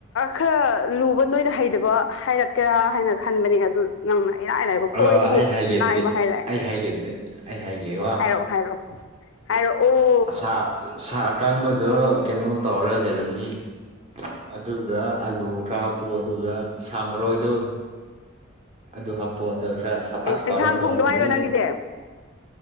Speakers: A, on the left; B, on the right.
A: ꯈꯔ ꯂꯨꯕ ꯅꯣꯏꯅ ꯍꯩꯗꯕ ꯍꯥꯏꯔꯛ ꯀꯦꯔꯥ ꯍꯥꯏꯅ ꯈꯟꯕꯅꯤ ꯑꯗꯨ ꯅꯪꯅ ꯏꯔꯥꯏ ꯂꯥꯏꯕ
B: ꯑꯣ
A: ꯈꯣꯏꯗꯒꯤ
B: ꯑꯩ ꯍꯥꯏꯒꯦ ꯑꯗꯨꯗꯤ
A: ꯂꯥꯏꯕ ꯍꯥꯏꯔꯛꯑꯦ
B: ꯑꯩ ꯍꯥꯏꯒꯦ ꯑꯗꯨꯗꯤ ꯑꯩ ꯍꯥꯏꯒꯦꯀꯣ
A: ꯍꯥꯏꯔꯛꯑꯣ ꯍꯥꯏꯔꯛꯑꯣ ꯍꯥꯏꯔꯛꯑꯣ ꯑꯣ
B: ꯁꯥ ꯁꯥ ꯑꯀꯥꯡꯕꯗꯣ ꯀꯩꯅꯣ ꯇꯧꯔꯒ ꯂꯩꯔꯝꯃꯤ ꯑꯗꯨꯒ ꯑꯂꯨ ꯈꯔ ꯍꯥꯄꯣ ꯑꯗꯨꯒ ꯁꯥ ꯃꯔꯣꯏꯗꯣ ꯑꯗꯨ ꯍꯥꯄꯣꯗ ꯈꯔ ꯁꯛꯇꯥꯛ
A: ꯑꯦ ꯁꯦꯟꯁꯥꯡ
B: ꯇꯧꯔ ꯊꯣꯡꯅꯃꯨ
A: ꯊꯣꯡꯗꯣ ꯍꯥꯏꯔꯣ ꯅꯪꯒꯤꯁꯦ